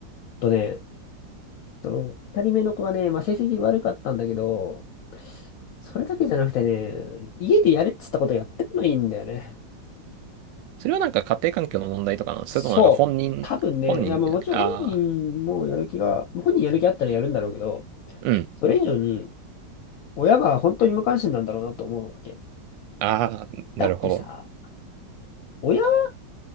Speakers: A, on the left (about 65°); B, on the right (about 85°).
A: とね、その、二人目の子がね、まあ、成績悪かったんだけど、それだけじゃなくてね、家でやれっつったことやってこないんだよね。
B: それはなんか家庭環境の問題とかなのそれともなんか本人、
A: そう。多分ね、
B: 本人じゃなくて、
A: いや、まあもちろん本人もやる気が、
B: ああ、
A: 本人やる気あったらやるんだろうけど、
B: うん。
A: それ以上に、親が本当に無関心なんだろうなと思うわけ。
B: ああ、なるほど。
A: だってさ、親